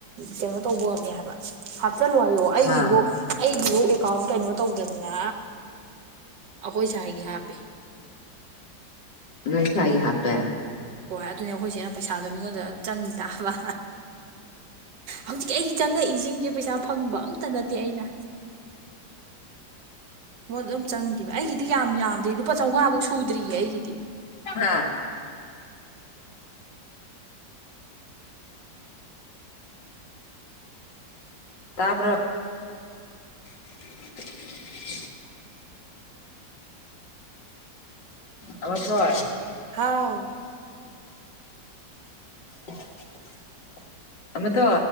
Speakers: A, on the right; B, on the left.
A: ꯀꯩꯅꯣ ꯇꯧꯕꯠꯅꯦ ꯍꯥꯏꯕ ꯆꯠꯂꯨ ꯍꯥꯏꯌꯣ ꯑꯩꯒꯤꯐꯧ
B: ꯍꯥ
A: ꯑꯩꯒꯤꯐꯧ ꯑꯦꯀꯥꯎꯟ ꯀꯩꯅꯣ ꯇꯧꯗꯗꯅ ꯑꯩꯈꯣꯏ ꯁ ꯍꯥꯏꯒꯤ ꯍꯥꯞꯄꯦ
B: ꯅꯁ ꯏ ꯍꯥꯞꯄꯦ
A: ꯍꯣꯏ ꯑꯗꯨꯅꯦ ꯑꯩꯈꯣꯏꯁꯦꯅ ꯄꯩꯁꯥꯗꯣ ꯃꯤꯉꯣꯟꯗ ꯆꯪꯉ ꯇꯥꯕ ꯍꯧꯖꯤꯛꯀꯤ ꯑꯩꯁ ꯆꯪꯉꯛꯏꯁꯤꯡꯁꯦ ꯄꯩꯁꯥ ꯐꯪꯕ ꯑꯝꯇ ꯅꯠꯇꯦ ꯑꯩꯅ ꯃꯣꯏ ꯑꯗꯨꯝ ꯆꯪꯗꯦꯕ ꯑꯩꯒꯤꯗꯤ ꯌꯥꯝ ꯌꯥꯝꯗ꯭ꯦ ꯂꯨꯄꯥ ꯆꯥꯝꯃꯉꯥꯐꯧ ꯁꯨꯗ꯭ꯔꯤꯌꯦ ꯑꯩꯒꯤꯗꯤ
B: ꯑ ꯇꯄ <inaudible> ꯑ ꯊꯣꯛꯣꯏ
A: ꯍꯥꯎ
B: <inaudible> ꯑ ꯊ